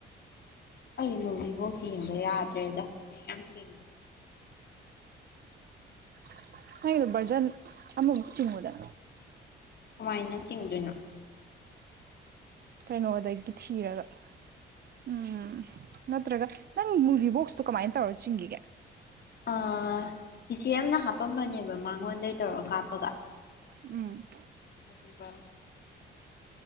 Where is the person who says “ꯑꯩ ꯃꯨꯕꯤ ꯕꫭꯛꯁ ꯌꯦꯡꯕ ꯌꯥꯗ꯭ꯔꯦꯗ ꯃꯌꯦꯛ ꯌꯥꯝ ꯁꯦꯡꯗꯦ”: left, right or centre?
Left